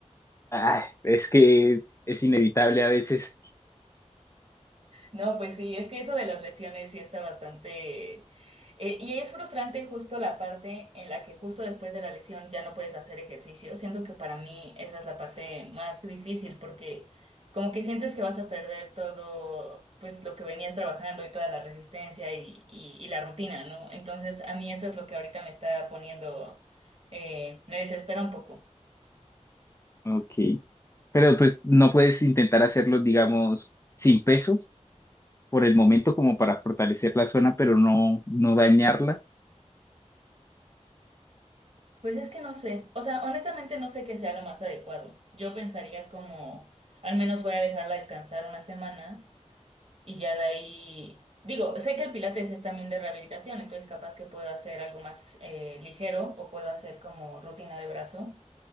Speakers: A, on the left; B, on the right.
A: Ah, es que es inevitable a veces.
B: No, pues sí, es que eso de las lesiones sí está bastante... eh, y es frustrante justo la parte en la que justo después de la lesión ya no puedes hacer ejercicio. Siento que para mí esa es la parte más difícil porque como que sientes que vas a perder todo, pues lo que venías trabajando y toda la resistencia y, y, y la rutina, ¿no? Entonces a mí eso es lo que ahorita me está poniendo, eh, me desespera un poco.
A: Ok. Pero pues no puedes intentar hacerlo, digamos, sin peso por el momento como para fortalecer la zona, pero no, no dañarla.
B: Pues es que no sé, o sea, honestamente no sé qué sea lo más adecuado. Yo pensaría como, al menos voy a dejarla descansar una semana y ya de ahí, digo, sé que el pilates es también de rehabilitación, entonces capaz que puedo hacer algo más eh, ligero o puedo hacer como rutina de brazo